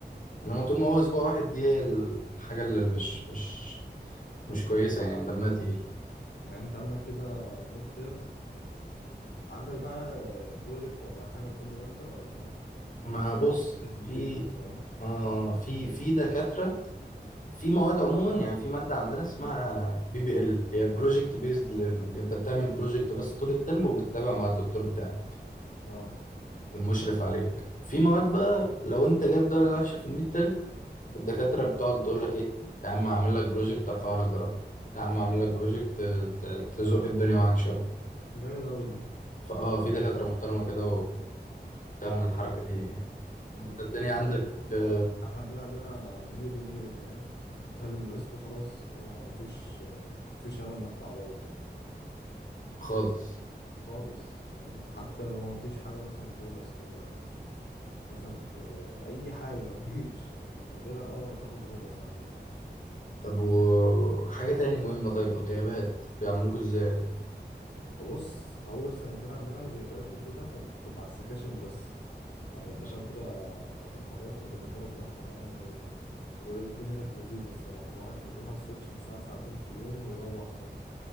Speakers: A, on the left (about 50°); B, on the left (about 80°).
A: انما طول ما هو اسبوع واحد دي هي الحاجه اللي مش مش مش كويسه يعني دمها تقيل
B: يعني انت عندك كده ميد ترم عندك بقى بروجكت ولا حاجة لكل مادة ولا
A: ما بص
B: او مثلا برزنتيشن
A: في
B: فاهم
A: آه في في دكاتره في مواد عموما يعني في ماده عندنا اسمها بي بي ال هي بروجكت بيزد ليرنينج انت بتعمل بروجكت بس طول الترم وبتتابع مع الدكتور بتاعك
B: اه
A: المشرف عليك في مواد بقى لو انت جايب درجه وحشه في الميد ترم الدكاتره بتقعد تقول لك ايه يا عم هعمل لك بروجكت ارفع لك درجتك يا عم هعمل لك بروجكت تزق الدنيا معاك شويه
B: جامد اوي ده
A: فاه في دكاترة محترمة كده وبتعمل الحركة دي يعني
B: امم
A: انت الدنيا
B: لا
A: عندك
B: رو-
A: آه،
B: احنا عندنا عندنا ميري ميري فاهم انت اللي نقصته خلاص خلاص مفيش مفيش امل انك تعوضه تاني
A: خالص
B: خالص فاهم حتى لو مفيش حاجة مثلا بونص كده مثلا ك- اي حاجة مفيش <laughs> يعني نادرا اول ما تاخد بونص عندنا
A: طب وحاجة تاني مهمة طيب الغيابات بيعملوكوا ازاي؟
B: وبص اول سنتين عندنا الغيابات وكده كانت بتبقى على السكاشن بس يعني
A: ماشي.
B: الدكاترة في المحاضرات كانوا بيكبروا دماغهم يعني و... والدنيا كانت لذيذة الصراحة الواحد كان بيروح على السكشن ساعة ساعتين في اليوم ويروح تاني